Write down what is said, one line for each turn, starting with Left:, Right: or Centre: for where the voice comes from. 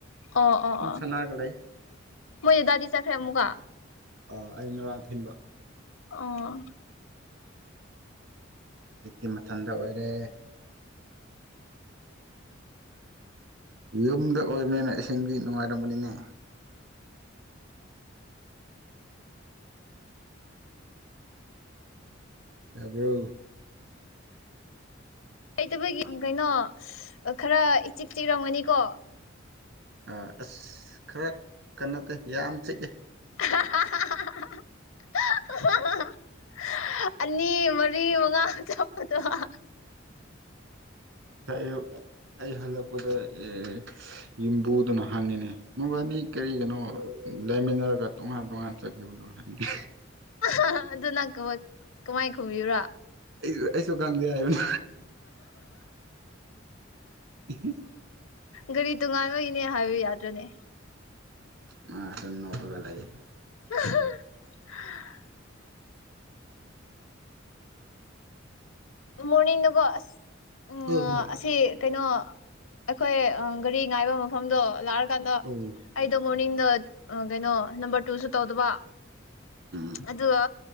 Left: ꯑꯣ ꯑꯣ
Right: ꯁꯨꯝ
Left: ꯑꯣ
Right: ꯁꯥꯟꯅꯔꯒ ꯂꯩ
Left: ꯃꯣꯏ ꯗꯗꯥꯗꯤ ꯆꯈ꯭ꯔꯦ ꯑꯃꯨ ꯀ
Right: ꯑꯥ ꯑꯩ ꯉꯔꯥꯡ ꯊꯤꯟꯕ
Left: ꯑꯣ
Right: ꯍꯧꯖꯤꯛꯇꯤ ꯃꯊꯟꯗ ꯑꯣꯏꯔꯦ ꯌꯨꯝꯗ ꯑꯣꯏꯕꯅꯤꯅ ꯏꯁꯤꯡꯗꯤ ꯅꯨꯡꯉꯥꯏꯔꯝꯕ ꯒꯅꯤꯅꯦ ꯇꯥꯕ꯭ꯔꫭ
Left: ꯂꯩꯇꯕꯒꯤ ꯎꯝ ꯀꯩꯅꯣ ꯈꯔ ꯏꯆꯤꯛ ꯆꯤꯛꯔꯝꯒꯅꯤꯀꯣ
Right: ꯑꯥ ꯑꯁ ꯈꯔ ꯀ ꯅꯠꯇꯦ ꯌꯥꯝ ꯆꯤꯛꯏ
Left: <inaudible> ꯑꯅꯤ ꯃꯔꯤ ꯃꯉꯥ ꯆꯥ <unintelligible> ꯗꫭ
Right: ꯁꯥꯏ ꯑꯌꯨꯛ ꯑꯩ ꯍꯜꯂꯛ ꯄꯗ ꯑꯦ ꯌꯨꯝꯕꯨꯗꯨꯅ ꯍꯪꯉꯤꯅꯦ ꯃꯕꯥꯅꯤ ꯀꯔꯤꯒꯤꯅꯣ ꯂꯩꯃꯤꯟꯅꯔꯒ ꯇꯣꯉꯥꯟ ꯇꯣꯉꯥꯟ ꯆꯠꯈꯤꯕꯗꯣ ꯍꯪꯉꯤ
Left: <inaudible> ꯑꯗꯨꯅꯪ ꯀꯃꯥꯏ ꯈꯨꯕꯤꯕ꯭ꯔꯥ
Right: ꯑꯩꯁꯨ ꯑꯩꯁꯨ ꯈꯪꯗꯦ ꯍꯥꯏꯕꯅꯤ <inaudible>
Left: ꯒꯥꯔꯤ ꯇꯣꯉꯥꯟꯕꯥꯟꯕꯒꯤꯅꯦ ꯍꯥꯏꯌꯨ ꯌꯥꯗ꯭ꯔꯅꯦ
Right: ꯃꯥꯁꯨ ꯅꫭꯛꯔꯒ ꯂꯩ
Left: <inaudible> <inaudible> ꯃꯣꯔꯅꯤꯡꯗꯨꯀꯣ ꯑꯁ ꯎꯝ
Right: ꯑꯣ ꯑꯣ
Left: ꯑꯁꯤ ꯀꯩꯅꯣ ꯑꯩꯈꯣꯏ ꯑ ꯒꯥꯔꯤ ꯉꯥꯏꯕ ꯃꯐꯝꯗꯣ ꯂꯥꯛ ꯀꯥꯟꯗ
Right: ꯑꯣ.
Left: ꯑꯩꯗꫭ ꯃꯣꯔꯅꯤꯡꯗ ꯑ ꯀꯩꯅꯣ ꯅꯝꯕꯔ ꯇꯨꯁꯨ ꯇꯧꯗꯕ
Right: ꯎꯝ
Left: ꯑꯗꯨꯒ